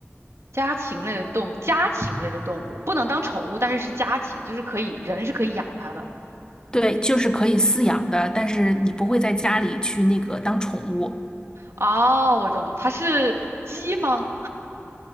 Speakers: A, on the right (about 70°); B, on the left (about 20°).
A: 家禽类的动家禽类的动物不能当宠物，但是是家禽，就是可以人是可以养它的。
B: 对，就是可以饲养的，但是你不会在家里去那个当宠物，
A: 哦，我懂了，它是鸡吗？